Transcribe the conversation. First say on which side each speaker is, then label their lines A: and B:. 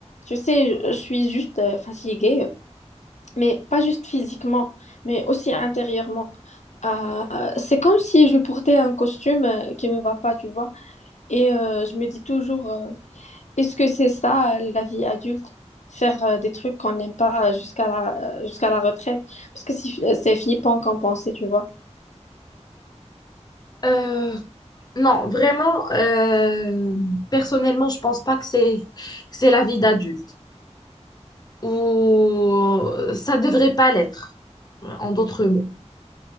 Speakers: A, on the left; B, on the left.
A: Tu sais, je je suis juste euh, fatiguée mais pas juste physiquement, mais aussi intérieurement. Euh, c'est comme si je portais un costume euh, qui me va pas, tu vois. Et euh, je me dis toujours, euh, est-ce que c'est ça euh, la vie adulte? Faire euh, des trucs qu'on n'aime pas euh, jusqu'à la, euh, jusqu'à la retraite? Parce que c'est c'est flippant qu'en penser, tu vois.
B: Euh, non, vraiment, euh, personnellement, je pense pas que c'est, que c'est la vie d'adulte. Ou ça devrait pas l'être, en d'autres mots.